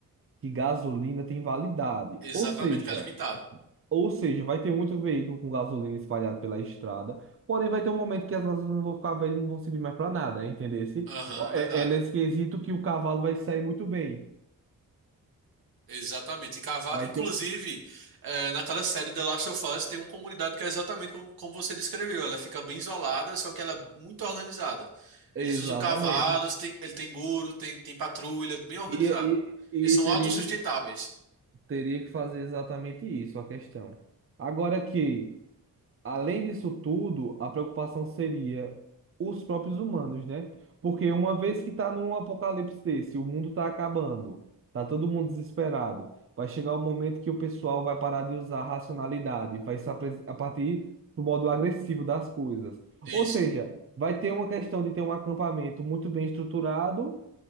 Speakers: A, on the right; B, on the right.
A: que gasolina tem validade.
B: Exatamente,
A: Ou seja,
B: que é limitado.
A: Ou seja, vai ter muito veículo com gasolina espalhado pela estrada, porém vai ter um momento que as gasolinas vão ficar velhas e não vão servir mais para nada, entendesse?
B: Aham,
A: Ó,
B: é
A: É,
B: verdade.
A: é nesse quesito que o cavalo vai sair muito bem.
B: Exatamente. E cavar,
A: Vai
B: inclusive,
A: ter um...
B: eh, naquela série The Last of Us tem uma comunidade que é exatamente como, como você descreveu. Ela fica bem isolada, só que ela é muito organizada.
A: Exatamente.
B: Eles usam cavalos, tem, ele tem muro, tem, tem patrulha, bem organizado.
A: E, e,
B: Eles são
A: e teria
B: autossustentáveis.
A: que, teria que fazer exatamente isso, a questão. Agora que Além disso tudo, a preocupação seria os próprios humanos, né? Porque uma vez que está num apocalipse desse, o mundo está acabando, tá todo mundo desesperado, vai chegar o momento que o pessoal vai parar de usar a racionalidade, vai se apre- a partir do modo agressivo das coisas.
B: Isso.
A: Ou seja, vai ter uma questão de ter um acampamento muito bem estruturado,